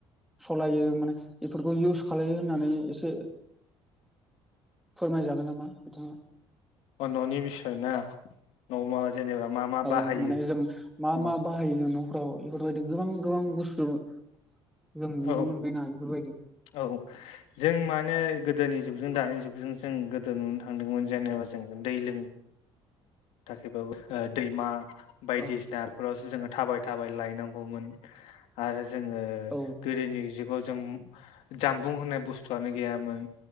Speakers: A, in the centre; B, on the left.
A: सलायो माने बेफोरखौ इउस खालायो होननानै एसे फोरमायजागोन नामा बिथाङा
B: औ न'नि बिसयना न'आव मा मा
A: औ
B: बाहायो
A: माने जों मा
B: औ
A: मा बाहायो न' फ्राव बेफोरबायदि गोबां गोबां बुस्थु जों नुनो
B: औ
A: मोनबायना बेफोरबायदि।
B: औ जों माने गोदोनि जुगजों दानि जुगजों जों गो गो नुनो थांदोंमोन जेनेबा जों दै लों थाखायबाबो दैमा बायदिसिनाफोरावसो
A: औ
B: जोङो थाबाय थाबाय लायनांगौमोन। आरो जोङो
A: औ
B: गोदोनि जुगाव जों जामबुं होननाय बुस्थुआनो गैयामोन